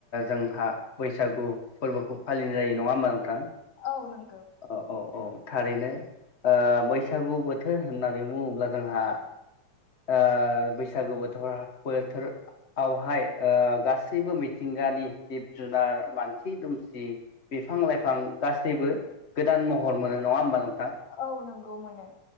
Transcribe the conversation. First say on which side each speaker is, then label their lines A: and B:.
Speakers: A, on the left (about 45°); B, on the left (about 60°).
A: जोंहा बैसागु फोरबोखौ फालिनाय जायो नङा होमबा नोंथां?
B: औ नंगौ
A: अ औ औ थारैनो ओ बैसागु बोथोर होननानै बुङोब्ला जोंहा ओ बैसागु बोथोर-बोथोरावहाय गासैबो मिथिंगा गानि जिब जुनार मानसि दुमसि बिफां लाइफां गासैबो गोदान महर मोनो नङा होमब नों
B: औ नंगौ मोनो।